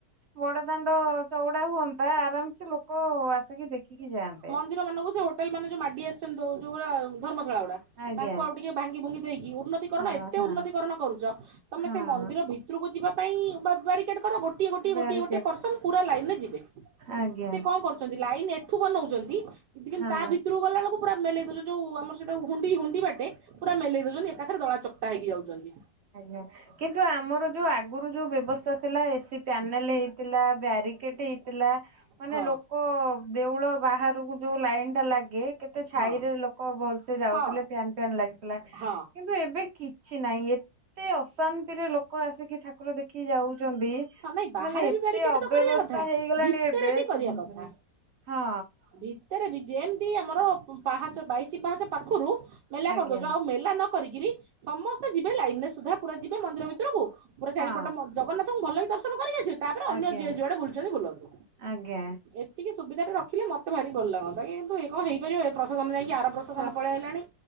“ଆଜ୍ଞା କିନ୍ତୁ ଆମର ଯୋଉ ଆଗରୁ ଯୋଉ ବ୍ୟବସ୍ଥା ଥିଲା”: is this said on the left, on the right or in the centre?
Right